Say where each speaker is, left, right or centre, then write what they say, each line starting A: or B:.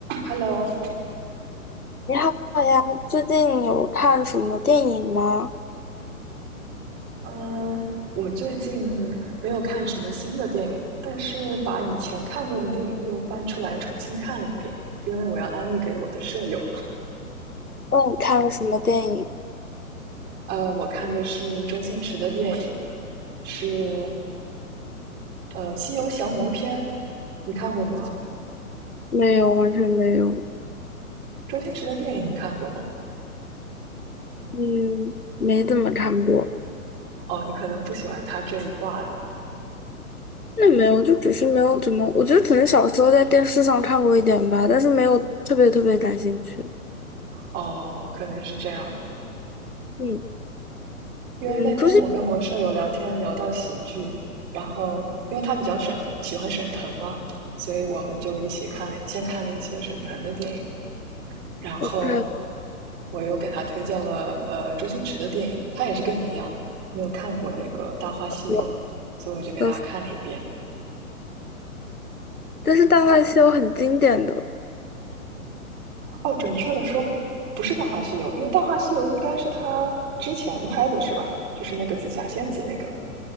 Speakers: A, on the right; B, on the left.
A: Hello，
B: 你好呀，最近有看什么电影吗？
A: 嗯，呃我最近没有看什么新的电影，但是把以前看过的电影又翻出来重新看了一遍，因为我要安利给我的舍友。
B: 问你看了什么电影？
A: 呃，我看的是周星驰的电影，是呃《西游降魔篇》，你看过吗？
B: 没有，完全没有。
A: 周星驰的电影你看过吗？
B: 嗯，没怎么，差不多。
A: 哦，你可能不喜欢他这一挂的，
B: 那没有，就只是没有怎么。我觉得可能小时候在电视上看过一点吧，但是没有特别特别感兴趣。
A: 哦，可能是这样。
B: 嗯
A: 因为那天我跟我舍友聊天聊到喜剧，
B: 嗯，不是
A: 然后因为他比较沈喜欢沈腾嘛，所以我们就一起看了，先看了一些沈腾的电影，然后
B: OK，
A: 我又给他推荐了呃周星驰的电影，他也是跟你一样没有看过那个《大话西游》，
B: 我
A: 所以我就给他看了一遍。
B: 就是但是《大话西游》很经典的
A: 哦，准确的说不是《大话西游》，因为《大话西游》应该是他之前拍的是吧？就是那个紫霞仙子那个，